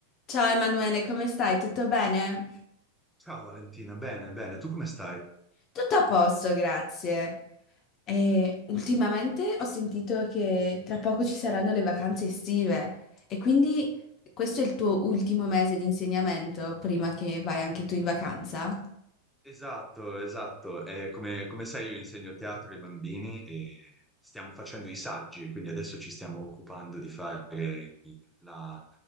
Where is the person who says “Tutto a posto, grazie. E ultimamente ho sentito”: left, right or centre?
Left